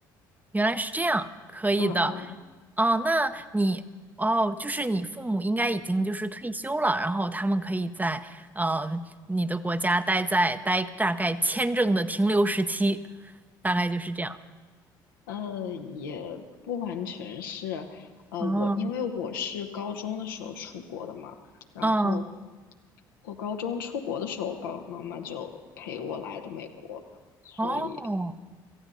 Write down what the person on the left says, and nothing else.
嗯嗯，
嗯，也不完全是，呃，
我因为我是高中的时候出国的嘛，然后
我高中出国的时候，我爸爸妈妈就陪我来的美国，所以